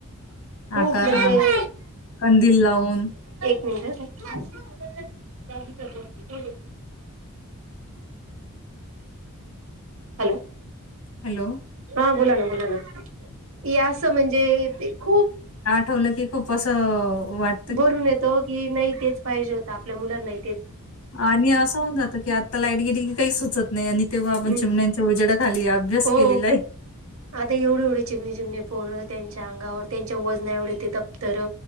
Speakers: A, on the right (about 65°); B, on the left (about 80°).
A: खूप
B: आंता
A: म्हणजे
B: अं कंदील लावूंन
A: मिटच <unintelligible> हॅलो
B: हॅलो
A: हां बोलां नां बोलां नां यां असं म्हणजे ते खूंप
B: ठवलं की खूप असं वाट
A: भरून येतो की नाही तेच पाहिजे होतं आपल्या मुलांनाही.
B: आणि असं होऊन जात की आ ता लाईट गेली की काही सुचत नाही आणि तेव्हा आपण
A: हम्म
B: चिमण्यांच्या उजड्या खाली अभ्यास
A: हो
B: केलेला आहे.
A: आता एवढे एवढे चिमणे चिमणी पोरं त्यांच्या अंगावर त्यांच्या वजना एवढे ते दफ्तर